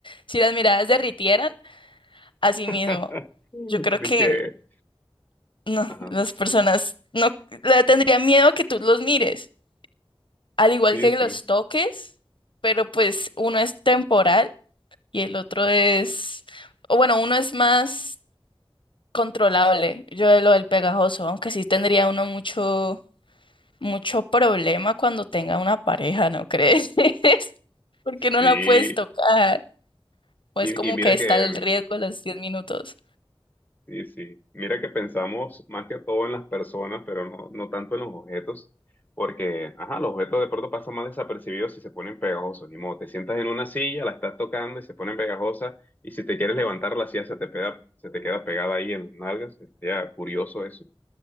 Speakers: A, on the left; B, on the left.
A: si las miradas derritieran, así
B: <laughs>
A: mismo. Yo creo
B: Dije,
A: que no,
B: ajá,
A: las personas no le tendrían miedo a que tú los mires. al igual
B: sí,
A: que
B: sí,
A: los toques, pero pues uno es temporal y el otro es, o bueno, uno es más controlable, yo de lo del pegajoso, aunque sí tendría uno mucho, mucho problema cuando tenga una pareja, ¿no crees? <laughs> Porque no
B: sí.
A: la puedes tocar, o
B: Y,
A: es como
B: y mira
A: que está
B: que,
A: el riesgo de los 10 minutos.
B: Sí, sí. Mira que pensamos más que todo en las personas, pero no, no tanto en los objetos, porque, ajá, los objetos de pronto pasan más desapercibidos si se ponen pegajosos. Ni modo, te sientas en una silla, la estás tocando y se ponen pegajosas, y si te quieres levantar la silla se te pega, se te queda pegada ahí en las nalgas. Sería curioso eso.